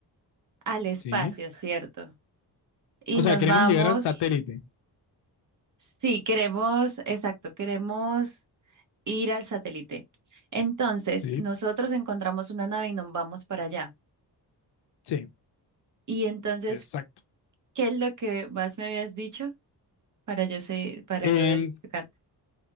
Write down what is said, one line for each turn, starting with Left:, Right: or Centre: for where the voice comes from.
Right: al espacio,
Left: Sí.
Right: ¿cierto? Y
Left: O
Right: nos
Left: sea, queremos
Right: vamos,
Left: llegar al satélite.
Right: sí, queremos, exacto, queremos ir al satélite. Entonces,
Left: Sí.
Right: nosotros encontramos una nave y nos vamos para allá.
Left: Sí,
Right: Y entonces,
Left: exacto.
Right: ¿qué es lo que más me habías dicho para yo sé, para
Left: Em,
Right: yo explicar?